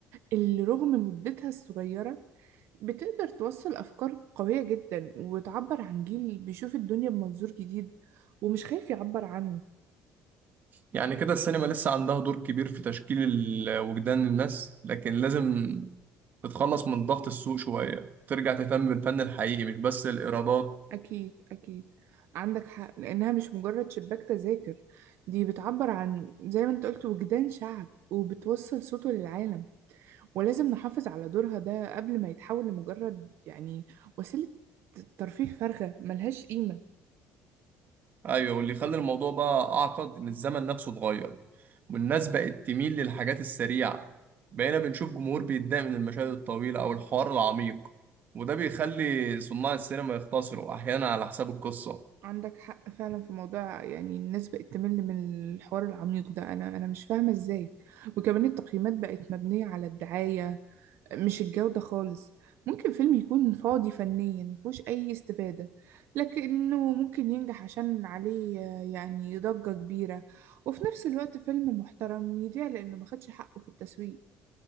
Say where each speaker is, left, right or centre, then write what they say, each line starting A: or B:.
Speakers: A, on the right; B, on the right.
A: اللي رغم مدتها الصغيرة بتقدر توصل أفكار قوية جدا وتعبر عن جيل بيشوف الدنيا بمنظور جديد ومش خايف يعبر عنه
B: يعني كده السينما لسه عندها دور كبير في تشكيل ال- وجدان الناس لكن لازم تتخلص من ضغط السوق شوية ترجع تهتم بالفن الحقيقي مش بس الإيرادات
A: أكيد أكيد عندك حق لأنها مش مجرد شباك تذاكر دي بتعبر عن زي ما أنت قلت وجدان شعب وبتوصل صوته للعالم ولازم نحافظ على دورها ده قبل ما يتحول لمجرد يعني وسيلة ترفيه فارغة ملهاش قيمة
B: ايوه واللي خلى الموضوع بقى اعقد ان الزمن نفسه اتغير والناس بقت تميل للحاجات السريعه بقينا بنشوف جمهور بيتضايق من المشاهد الطويله او الحوار العميق وده بيخلي صناع السينما يختصروا احيانا على حساب القصه
A: عندك حق فعلا في موضوع يعني الناس بقت تمل من الحوار العميق ده انا انا مش فاهمه ازاي وكمان التقييمات بقت مبنيه على الدعايه مش الجوده خالص ممكن فيلم يكون فاضي فنيا مفيهوش اي استفاده لكنه ممكن ينجح عشان عليه آه، يعني ضجه كبيره وفي نفس الوقت فيلم محترم يضيع لانه ما خدش حقه في التسويق